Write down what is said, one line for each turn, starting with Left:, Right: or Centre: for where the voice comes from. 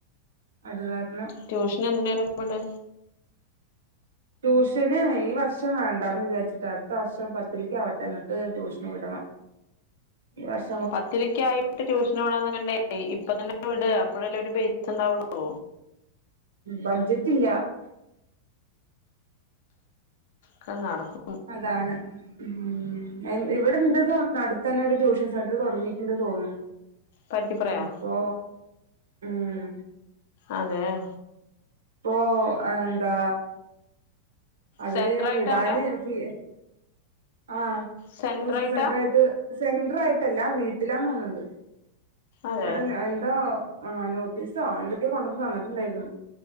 Right: അത് കാര്ണം
Left: ട്യൂഷന് എന്തിനേലും വിട്
Right: ട്യൂഷന് ഈ വർഷം വേണ്ടാന്ന് വിചാരിച്ചിട്ടാ അട്‌ത്ത വർഷം പത്തിലിക്ക് ആവട്ടെ ഇന്നട്ട് ട്യൂഷന് വിടണം ഈ വർഷ്
Left: പത്തില്ക്ക് ആയിട്ട് ട്യൂഷൻ വിടാന്ന് കണ്ടേ ഇപ്പ തന്നെ വിട് അപ്പോഴെല്ലേ ഒരു ബെയ്സ് ണ്ടാവുള്ളൂ.
Right: ബഡ്ജറ്റ് ഇല്ല
Left: ക്ക നടക്കും
Right: അതാണ് ഉം ഇവിടെണ്ട്ത തടുത്തെന്നൊരു ട്യൂഷൻ സെന്ററ് തൊടങ്ങീട്ട്ണ്ട് തോന്നണ്.
Left: പരുത്തിപ്പറയാ
Right: അപ്പൊ ഉം
Left: അതെയോ
Right: പ്പൊ എന്താ അതില്
Left: സെന്റർ ആയിട്ടാ
Right: വിടാന്
Left: അവിടെ
Right: ക് ആഹ്,
Left: സെന്റർ
Right: ട്യൂഷൻ
Left: ആയിട്ടാ
Right: സെന്റ്റായിട്ട് സെന്റർ ആയിട്ടല്ല വീട്ടിലാതോന്ന്ണ്ട്.
Left: അതെ
Right: വിടെ ന്തോ ആ നോട്ടീസോ എന്തൊക്ക്യോ കൊണ്ടന്ന് തന്നിട്ടുണ്ടായിരുന്നു.